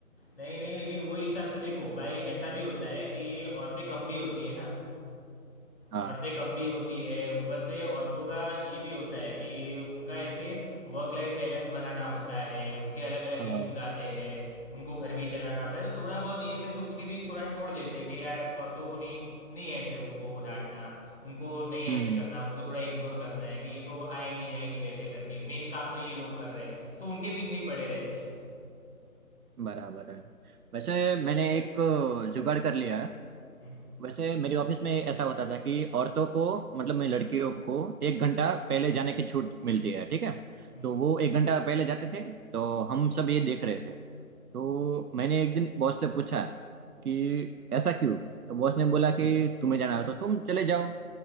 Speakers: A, on the left; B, on the right.
A: नहीं नहीं लेकिन वो हिसाब से देखो भाई ऐसा भी होता है कि औरतें कम भी होती है ना
B: हाँ
A: औरतें कम भी होती है ऊपर से औरतों का ये भी होता है कि उनका ऐसे वर्क लाइफ बैलेंस बनाना होता है उनके अलग अलग
B: हाँ
A: इश्यूज
B: हाँ
A: आते हैं उनको घर भी चलाना होता है तो थोड़ा बहुत ये ऐसे सोच के भी थोड़ा छोड़ देते हैं कि यार औरतों को नहीं नहीं ऐसे उनको डांटना उनको नहीं
B: हम्म
A: ऐसे करना उनको थोड़ा इग्नोर करना है कि ये तो आएंगी जाएंगी वैसे करके मेन काम तो ये लोग कर रहे हैं तो उनके पीछे ही पड़े रहते हैं
B: बराबर है वैसे मैंने एक अ, जुगाड़ कर लिया है
A: हम्म,
B: वैसे मेरी ऑफिस में ऐसा होता था कि औरतों को मतलब मैं लड़कियों को एक घंटा पहले जाने की छूट मिलती है ठीक है
A: हम्म,
B: तो वो एक घंटा पहले जाते थे तो हम सब ये देख रहे थे तो मैंने एक दिन बॉस से पूछा कि ऐसा क्यों तो बॉस ने बोला कि तुम्हें जाना हो तो तुम चले जाओ